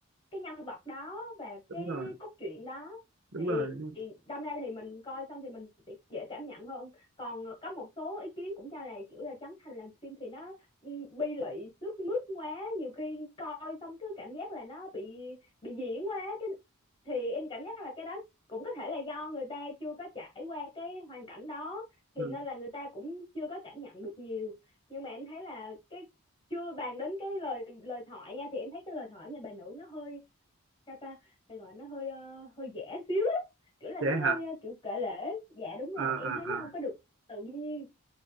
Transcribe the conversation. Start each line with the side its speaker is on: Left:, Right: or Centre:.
Left: cái nhân vật đó và
Right: đúng
Left: cái
Right: rồi
Left: cốt truyện đó
Right: đúng rồi, đúng rồi.
Left: thì đâm ra thì mình coi xong thì mình sẽ dễ cảm nhận hơn còn ờ, có một số ý kiến cũng cho là kiểu là Trấn Thành làm phim thì nó ừ, bi lụy sướt mướt quá nhiều khi coi xong cứ cảm giác là nó bị bị diễn quá cái thì em cảm giác là cái đó cũng có thể là do người ta chưa có trải qua cái hoàn cảnh đó thì
Right: Ừ.
Left: nên là người ta cũng chưa có cảm nhận được nhiều nhưng mà em thấy là cái chưa bàn đến cái lời lời thoại nha thì em thấy cái lời thoại nhà bà nữ nó hơi sao ta phải gọi nó hơi ờ, hơi giả xíu á kiểu là
Right: dễ
Left: nó hơi
Right: hả
Left: ờ, kiểu kể lể dạ đúng
Right: à
Left: rồi em
Right: à
Left: thấy nó
Right: à
Left: không có được tự nhiên